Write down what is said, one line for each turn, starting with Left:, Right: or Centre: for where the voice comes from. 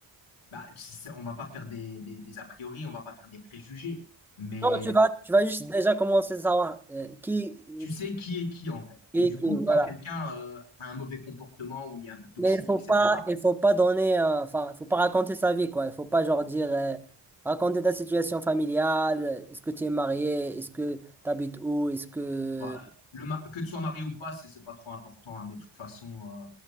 Left: bah, c- c'est- on va pas faire des, des, des a priori, on va pas faire des préjugés, mais
Centre: Non, tu vas, tu vas juste déjà commencer à savoir euh, qui,
Left: tu sais qui est qui, en fait.
Centre: qui,
Left: Et du
Centre: qui,
Left: coup,
Centre: voilà.
Left: quand quelqu'un euh, a un mauvais comportement ou il est un peu toxique,
Centre: Mais il faut
Left: etc.,
Centre: pas, il faut pas donner, euh, enfin, il faut pas raconter sa vie, quoi. Il faut pas, genre, dire, euh, raconter ta situation familiale. euh, Est-ce que tu es marié? Est-ce que tu habites où? Est-ce que,
Left: Bah, le ma- que tu sois marié ou pas, c'est c'est pas trop important. hein. De toute façon, euh,